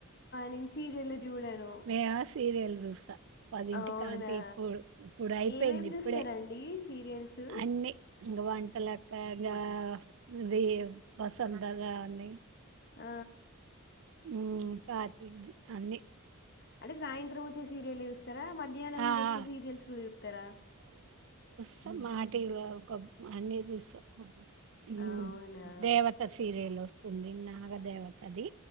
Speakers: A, on the left; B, on the right.
A: నే సీరియల్ చూడను
B: మేమా సీరియల్ చూస్ పదింటికి
A: అవునా
B: కాంతి ఇప్పుడ్ ఇప్పుడు అయిపోయింది
A: ఏమేమి
B: ఇప్పుడే
A: చూస్తారండి సీరియల్స్
B: అన్ని ఇంగా వన్ అలా కాదు అండి వెయ్యి వసంతాలుగానీ
A: ఆ
B: ఉ తాటింది అన్ని
A: అదే సాయంత్రం వచ్చే సీరియల్సు తార మధ్యాహ్నం
B: ఆ!
A: వచ్చి
B: ఆ!
A: సీరియల్స్ కూడా చూతరా
B: స మాటీవీ లో ఒక అన్ని చూసా హు
A: అవునా
B: దేవత సీరియలు తుంది నాగదేవత ది